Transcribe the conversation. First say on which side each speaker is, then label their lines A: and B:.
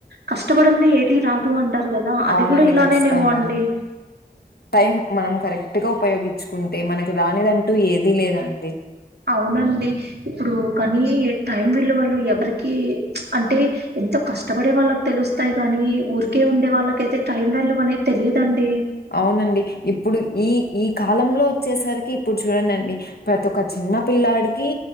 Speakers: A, on the right; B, on the left.
A: కష్టపడందే ఏది రాదు అంటరు గదా అది
B: అవునండి
A: గూడ ఇప్ ట్లనేనేమో
B: ఖచ్చితంగా
A: అండి
B: టైం మనం కరెక్ట్ ట్టుగ ఉపయోగించుకుంటే మనకి రానిదంటూ ఏది లేదండి
A: అవునండి ఇప్పుడు కనీ టైం విలువలు ఎవరికీ అంటే ఎంతో కష్టపడే వాళ్ళకి తెలుస్తాయి గనీ ఊరికే ఉండే వాళ్ళకయితే టైం వాల్యూ అనేది తెలియదండి
B: అవునండి ఇప్పుడు ఈ ఈ కాలంలో వచ్చేసరికి ఇప్పుడు చూడండండి ప్రతి ఒక్క చిన్న పిల్లాడికీ